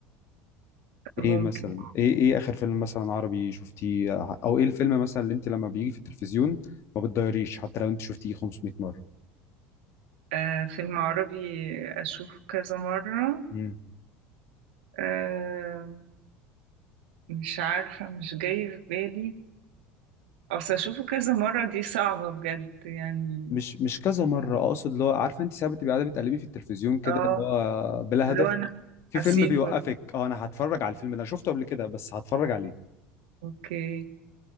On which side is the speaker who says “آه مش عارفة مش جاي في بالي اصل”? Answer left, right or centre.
Right